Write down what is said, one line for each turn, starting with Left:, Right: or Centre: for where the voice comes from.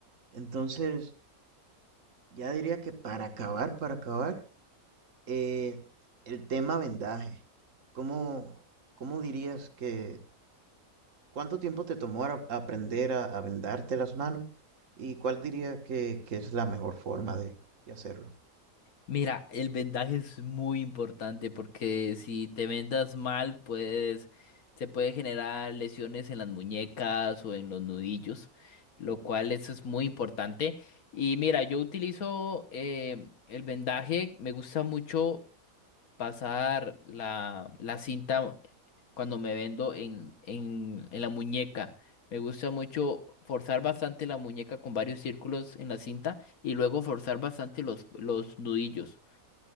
Right: Entonces, ya diría que para acabar, para acabar, eh, el tema vendaje. ¿Cómo, cómo dirías que, ¿Cuánto tiempo te tomó a- aprender a, a vendarte las manos? ¿Y cuál diría que, que es la mejor forma de, de hacerlo?
Left: Mira, el vendaje es muy importante porque si te vendas mal, pues se puede generar lesiones en las muñecas o en los nudillos, lo cual eso es muy importante. Y mira, yo utilizo eh, el vendaje, me gusta mucho pasar la, la cinta cuando me vendo en, en, en la muñeca. Me gusta mucho forzar bastante la muñeca con varios círculos en la cinta y luego forzar bastante los, los nudillos.